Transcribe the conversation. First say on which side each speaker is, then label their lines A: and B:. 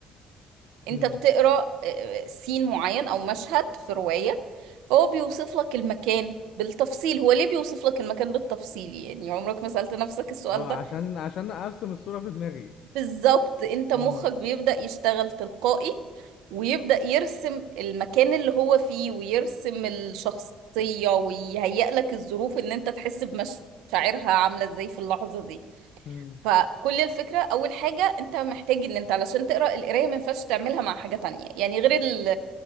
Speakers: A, on the right; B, on the left.
A: انت
B: امم
A: بتقرا آه، آه، سين معين او مشهد في رواية فهو بيوصف لك المكان بالتفصيل هو ليه بيوصف لك المكان بالتفصيل يعني عمرك ما سألت نفسك السؤال
B: اه
A: ده
B: عشان عشان ارسم الصورة في دماغي
A: بالظبط انت
B: امم
A: مخك بيبدأ يشتغل تلقائي ويبدأ يرسم المكان اللي هو فيه ويرسم الشخصية ويهيئ لك الظروف ان انت تحس بمشاعرها عاملة ازاي في اللحظة دي
B: امم
A: فكل الفكرة أول حاجة أنت محتاج إن أنت علشان تقرأ القراية ما ينفعش تعملها مع حاجة تانية يعني غير ال